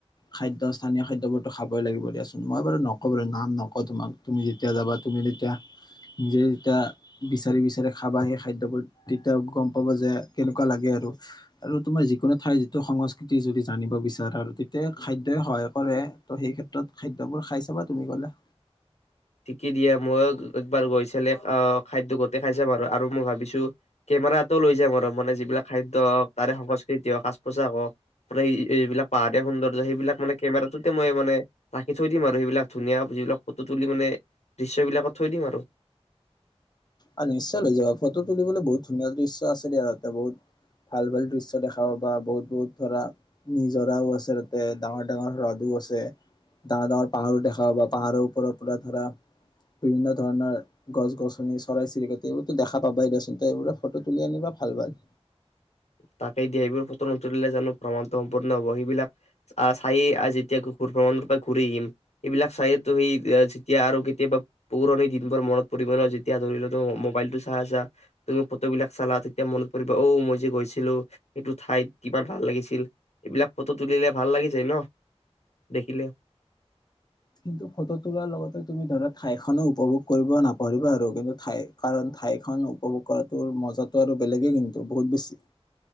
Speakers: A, on the left; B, on the left.
A: খাদ্য স্থানীয় খাদ্য বোৰতো খাবই লাগিব দিয়াচোন। মই বাৰু নকওঁ বাৰু নাম নকওঁ, তোমাক তুমি যেতিয়া যাবা তুমি তেতিয়া নিজে যেতিয়া বিচাৰি বিচাৰি খাবা। সেই খাদ্যবোৰ তেতিয়া গম পাব যে। কেনেকুৱা লাগে আৰু আৰু তোমাৰ যিকোনো ঠাই। সংস্কৃতি যদি জানিব বিচাৰে আৰু তেতিয়া খাদ্যই সহায় কৰে ত' সেই ক্ষেত্ৰত খাদ্যবোৰ খাই চাবা তুমি গ'লে।
B: ঠিকে দিয়ে মই একবাৰ গৈ চালে আহ খাদ্য গোতে খাই চাম আৰু, আৰু মই ভাবিছো কেমেৰাতো লৈ যাম আৰু মানে যিবিলাক খাদ্য তাৰে সংকজ তেতিয়াও সাজ-পোছাক হও, মানে এইবিলাক পাহাৰীয়া সৌন্দৰ্য সেইবিলাক মানে কেমেৰাটোতে মই মানে ৰাখি থৈ দিম আৰু সেইবিলাক ধুনীয়া যিবিলাক ফটো তুলি মানে দৃশ্য বিলাকত থৈ দিম আৰু
A: অ নিশ্চয় লৈ যাব ফটো তুলিবলৈ বহুত ধুনীয়া দৃশ্য আছে দিয়া তাতে বহুত ভাল ভাল দৃশ্য দেখা পাবা, বহুত বহুত ধৰা নিজৰাও আছে তাতে, ডাঙৰ ডাঙৰ হ্ৰদো আছে, ডাঙৰ ডাঙৰ পাহাৰো দেখা পাবা, পাহাৰৰ ওপৰৰ পৰা ধৰা বিভিন্ন ধৰণৰ গছ গছনি চৰাই চিৰিকটিও, এইটো দেখা পাবাই দিয়াচোন দিয়া এইবোৰত ফটো তুলি আনিবা ভাল ভাল।
B: তাকে দিয়ে এইবোৰ ফটো নুতুলিলে জানো ভ্ৰমণটো সম্পূৰ্ন হব, সিবিলাক চায়েই যেতিয়া ঘুৰ ভ্ৰমণৰ পৰা ঘূৰি আহিম, এইবিলাক চায়েতো সেই যেতিয়া আৰু কেতিয়াবা পুৰণি দিনবোৰ মনত পৰিব ন যেতিয়া ধৰি ল মোবাইলতটো চায় তুমি ফটোবলাক চালা তেতিয়া মনত পৰিব ঔ' মই যে গৈছো সেইটো ঠাইত কিমান ভাল লাগিছিল। এইবিলাক ফটো তুলিলে ভাল লাগি যায় ন, দেখিলে
A: কিন্তু ফটো তোলাৰ লগতে তুমি ধৰা ঠাইখনো উপভোগ কৰিব নাপৰিবা আৰু কিন্তু ঠাই কাৰণ ঠাইখন উপভোগ কৰাটো মজাটো আৰু বেলেগেই কিন্তু বহুত বেছি